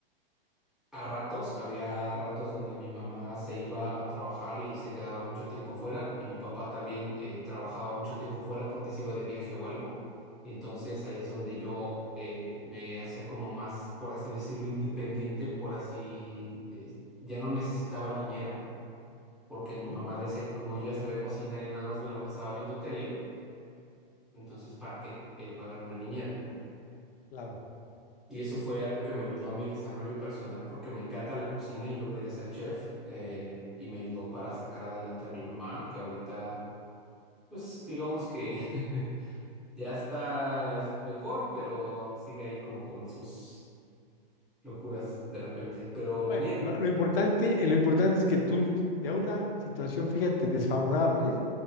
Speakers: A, in the centre; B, on the left.
A: A ratos, había ratos donde mi mamá se iba a trabajar y se quedaba mucho tiempo fuera, y mi papá también eh, trabajaba mucho tiempo fuera porque se iba de viaje o algo. Y entonces ahí es donde yo eh, me hacía como más, por así decirlo, independiente, por así, eh, ya no necesitaba niñera, porque
B: Ujú,
A: mi mamá decía que como yo ya sabía cocinar y nada más me la pasaba viendo tele, entonces ¿para qué eh, pagar una niñera, no?
B: Claro.
A: Y eso fue algo que me ayudó a mi desarrollo personal porque me encanta la cocina y yo quería ser chef eh, y me ayudó para sacar adelante a mi mamá, que ahorita, pues digamos que <laughs> ya está es mejor, pero sigue ahí como con sus locuras de repente. Pero
B: Bueno,
A: bien,
B: lo, lo importante, eh, lo importante es que tú de una situación, fíjate, desfavorable